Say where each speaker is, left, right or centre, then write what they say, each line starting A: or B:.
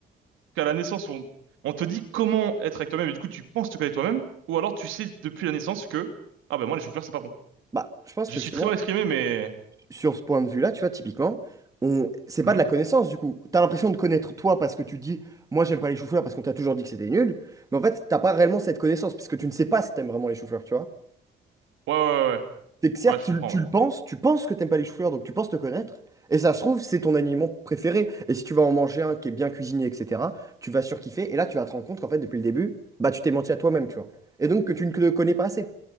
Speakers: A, on the right; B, on the right.
A: qu'à la naissance, on, on te dit comment être avec toi-même, et du coup, tu penses te connaître toi-même, ou alors tu sais depuis la naissance que ah ben moi les choux-fleurs, c'est pas bon.
B: Bah, je pense
A: Je
B: que
A: suis
B: justement,
A: très mal exprimé, mais
B: sur ce point de vue-là, tu vois, typiquement, on... c'est
A: Mhm.
B: pas de la connaissance du coup. T'as l'impression de connaître toi parce que tu dis, moi j'aime pas les chou-fleurs parce qu'on t'a toujours dit que c'était nul, mais en fait, t'as pas réellement cette connaissance puisque tu ne sais pas si t'aimes vraiment les chou-fleurs, tu vois.
A: ouais, ouais, ouais, ouais,
B: C'est que certes,
A: Ouais, je
B: tu,
A: comprends,
B: le tu
A: ouais.
B: le penses, tu penses que t'aimes pas les chou-fleurs, donc tu penses te connaître, et ça se trouve, c'est ton aliment préféré. Et si tu vas en manger un qui est bien cuisiné, etc., tu vas surkiffer, et là, tu vas te rendre compte qu'en fait, depuis le début, bah tu t'es menti à toi-même, tu vois. Et donc que tu ne te connais pas assez.